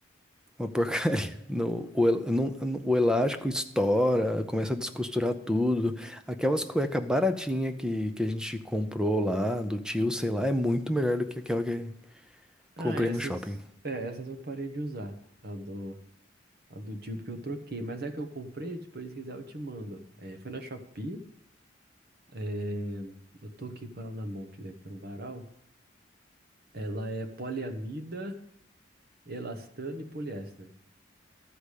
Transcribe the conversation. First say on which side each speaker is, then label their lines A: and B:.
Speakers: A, in the centre; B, on the right.
A: Uma porcaria. <laughs> No, o, el- não- no- o elástico estoura, começa a descosturar tudo. Aquelas cueca baratinha que, que a gente comprou lá, do tio, sei lá, é muito melhor do que aquela que
B: Ah,
A: comprei
B: essas,
A: no shopping.
B: é, essas eu parei de usar. A do, a do tipo que eu troquei. Mas é que eu comprei, depois se quiser eu te mando. É, foi na Shopee. é, eu tô aqui com ela na mão, tiver que tá no varal. Ela é poliamida, elastano e poliéster.